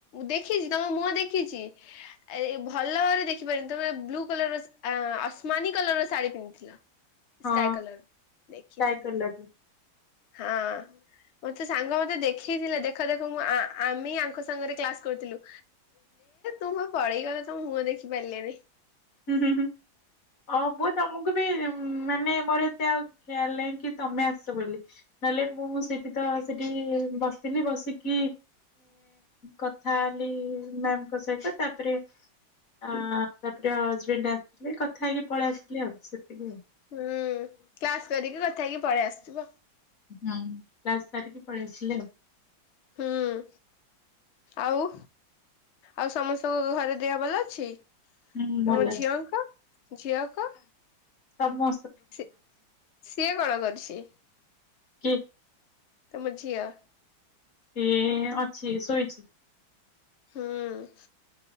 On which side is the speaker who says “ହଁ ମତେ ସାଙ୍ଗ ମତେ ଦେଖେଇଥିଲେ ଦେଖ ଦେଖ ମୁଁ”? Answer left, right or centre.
Left